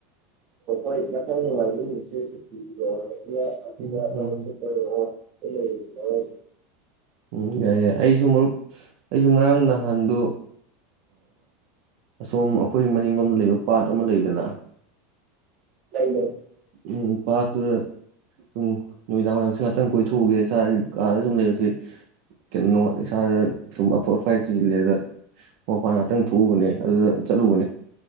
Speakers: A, on the right; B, on the right.
A: ꯣꯏ ꯃꯊꯥꯏꯅꯤ ꯃꯥ ꯁꯤ ꯏ ꯑꯗꯨꯗ
B: ꯎꯝ ꯎꯝ
A: ꯎꯆꯛꯇ ꯏ ꯂꯩ ꯌꯥꯦ
B: ꯎꯝ ꯌꯥꯏ ꯌꯥꯏ ꯑꯩꯁꯨ ꯃꯔꯨꯞ ꯑꯩꯁꯨ ꯉꯔꯥꯡ ꯅꯍꯥꯟꯗꯨ ꯑꯁꯣꯝ ꯑꯩꯈꯣꯏ ꯃꯅꯤꯡꯂꯣꯝꯗ ꯂꯩꯕ ꯄꯥꯠ ꯑꯃ ꯂꯩꯗꯅ
A: ꯂꯩ ꯂꯩ
B: ꯎ ꯄꯥꯠꯇꯨꯗ ꯁꯨꯝ ꯅꯨꯃꯤꯗꯥꯡ ꯋꯥꯏꯔꯝꯁꯤ ꯉꯥꯛꯇꯪ ꯀꯣꯏꯊꯣꯛꯎꯒꯦ ꯏꯁꯥꯒꯤ ꯀꯥꯗ ꯁꯨꯝ ꯂꯩꯕꯁꯤ ꯀꯩꯅꯣꯅꯨꯡ ꯏꯁꯥꯗ ꯁꯨꯝ ꯑꯐꯛ ꯑꯐꯥꯏ ꯆꯤꯜꯂꯦꯗ ꯃꯄꯥꯟ ꯉꯍꯥꯛꯇꯪ ꯊꯣꯛꯎꯕꯅꯦ ꯑꯗꯨꯗ ꯆꯠꯂꯨꯕꯅꯦ